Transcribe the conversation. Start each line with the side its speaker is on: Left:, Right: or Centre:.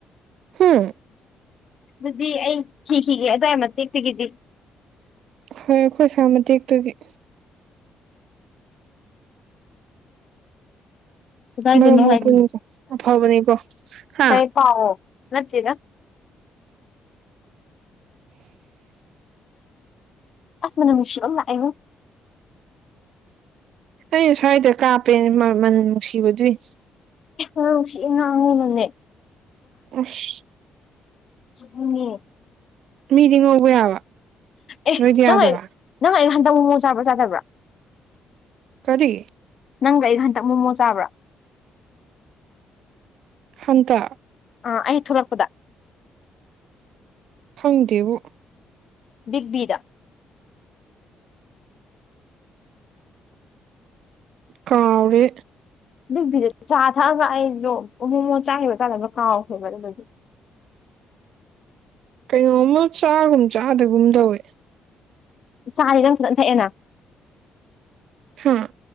Right: ꯍꯝ
Left: ꯑꯗꯨꯗꯤ ꯑꯩ ꯁꯤꯤꯈꯤꯒꯦ ꯑꯗꯨꯋꯥꯏ ꯃꯇꯦꯛꯇꯒꯤꯗꯤ
Right: ꯍꯣꯏ ꯑꯩꯈꯣꯏ ꯁꯥꯥꯃꯦꯛꯇꯒꯤ
Left: ꯀꯗꯥꯥꯏꯗꯣꯏꯅꯣ
Right: ꯃꯔꯝ ꯃꯣꯛꯄꯅꯤꯀꯣ
Left: ꯍꯥꯏ
Right: ꯑꯐꯕꯅꯤꯀꯣ ꯍꯥ
Left: ꯇꯥꯏ ꯄꯥꯎꯑꯣ ꯅꯠꯇꯦꯔ
Right: ꯎꯝ
Left: ꯑꯁꯃꯅꯁꯤꯥ ꯑꯌ
Right: ꯑꯩꯅ ꯁ꯭ꯋꯥꯏꯗ ꯀꯥꯞꯄꯦ ꯃꯃꯜ ꯅꯨꯡꯁꯤꯕꯗꯨꯏ
Left: ꯅꯨꯡꯁꯤ ꯉꯥꯡꯉꯤꯅꯅꯦ
Right: ꯎꯁ
Left: <inaudible> ꯉꯦ
Right: ꯃꯤꯗꯤꯡ ꯎꯧꯕ ꯌꯥꯕ
Left: ꯑꯦ
Right: ꯅꯣꯏꯗꯤ
Left: ꯅꯪ
Right: ꯌꯥꯗꯕ
Left: ꯅꯪ ꯍꯟꯗꯛ ꯃꯑꯣꯡ ꯆꯥꯕ꯭ꯔꯥ ꯆꯥꯗꯕ꯭ꯔꯥ
Right: ꯀꯔꯤ
Left: ꯅꯪꯒ ꯑꯩ ꯍꯟꯇꯛ ꯃꯣꯃꯣ ꯆꯥꯕ꯭ꯔꯥ
Right: ꯍꯪꯀ
Left: ꯑꯥ ꯑꯩ ꯊꯣꯛꯂꯛꯄꯗ
Right: ꯈꯪꯗꯦꯕꯨ
Left: ꯕꯤꯛꯕꯤꯗꯥ
Right: ꯀꯔ
Left: ꯑꯗꯨꯚꯤꯗ ꯆꯥ ꯊꯛꯑꯕ꯭ꯔ ꯑꯩꯗꯣ ꯃꯣꯃꯣ ꯆꯥꯈꯤꯕ ꯆꯥꯗꯕ꯭ꯔ ꯀꯥꯎꯈ꯭ꯔꯦꯕ ꯑꯗꯨ ꯑꯗꯨꯗꯤ <inaudible>
Right: ꯀꯩꯅꯣꯝꯃ ꯆꯥꯒꯨꯝ ꯆꯥꯗꯒꯨꯝ ꯇꯧꯋꯦ
Left: ꯆꯥꯔꯤ ꯅꯪ ꯈꯇ ꯊꯛꯑꯦꯅ
Right: ꯍꯥꯥ